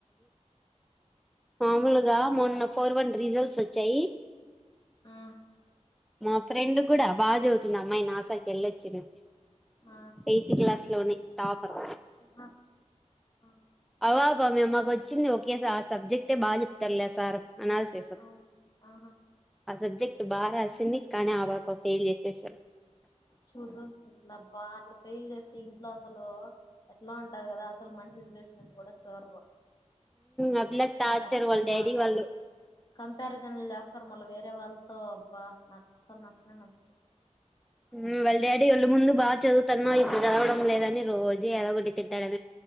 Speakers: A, in the centre; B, on the left.
A: మామూలుగ మొన్న ఫోర్ వన్ రిజల్ట్స్ వచ్చాయి
B: ఆ
A: మా ఫ్రెండుగ్గుడా బా చదువుతుందామ్మాయి, నా సా కెళ్ళొచ్చింది
B: ఆ
A: ఎయిత్ క్లాస్ ట్లోనె టాపర్
B: ఆ ఆ
A: బా బా మేమ్ మాకొచ్చింది ఓకే సార్ ఆ సబ్జెక్టే బా చెప్తర్లే ఆ సార్ అనాలిసిస్
B: ఆ ఆహా
A: ఆ సబ్జెక్ట్ బా రాసింది కనీ ఆ పాపకు ఫెయిల్ చేసేసారు
B: చూడు ఇట్లబ్బా అట్ల పెయిల్ జేస్తే ఇంట్లో అసలూ ఎట్లా ఉంటది గదా అసలు మంట్ చేసినట్టు గూడ చూడరు
A: ఆ పిల్లకి టార్చర్
B: కష్టంగా
A: వాళ్ళ డాడీ
B: ఉంటాది
A: వాళ్ళు
B: కంపారిజన్లు జేస్తారు మళ్ళ వేరే వాళ్ కో అబ్బా నాకస్సలు నచ్చనే నచ్చలే
A: ఉమ్ వాళ్ళ డాడీ ఓళ్ళు ముందు బా చదువుతన్నావు, ఇప్పుడు చదవడం లేదని రోజూ ఏదోగటి తిట్టడమ్